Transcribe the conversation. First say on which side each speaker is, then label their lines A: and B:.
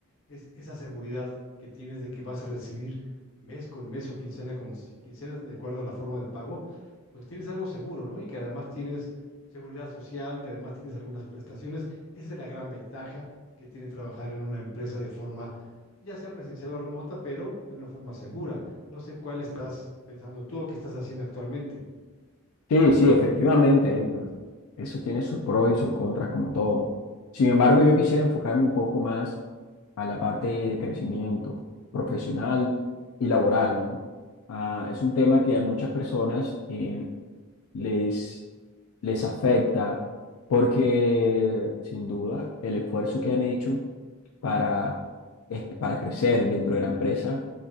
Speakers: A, on the left; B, on the left.
A: es esa seguridad que tienes de que vas a recibir mes con mes o quincena con s- quincena, de acuerdo a la forma de pago, pues tienes algo seguro, ¿no? Y que además tienes seguridad social, que además tienes algunas prestaciones. Esa es la gran ventaja que tiene trabajar en una empresa de forma ya sea presencial o remota, pero de una forma segura. No sé cuál estás pensando tú o qué estás haciendo actualmente.
B: Sí, sí, efectivamente, Héctor. Eso tiene sus pros y sus contras, como todo. Sin embargo, yo quisiera enfocarme un poco más a la parte de crecimiento profesional y laboral, ¿no? Ah, es un tema que a muchas personas eh, les, les afecta porque, sin duda, el esfuerzo que han hecho para, es- para crecer dentro de la empresa